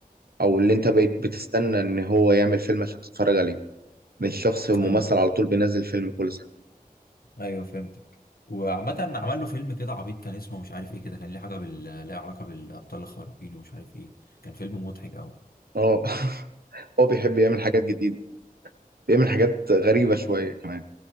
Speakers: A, on the right (about 80°); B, on the left (about 75°).
A: او اللي انت بقيت بتستنى ان هو يعمل فيلم عشان تتفرج عليه مش شخص ممثل
B: ايوه
A: على طول بينزل فيلم كل سنه
B: ايوه فهمتك وعامة عمل له فيلم كده عبيط كان اسمه مش عارف ايه كده كان ليه حاجة بال ليه علاقة بالأبطال الخارقين ومش عارف ايه كان فيلم مضحك أوي
A: اه <laughs> هو بيحب يعمل حاجات جديده بيعمل حاجات غريبه شويه كمان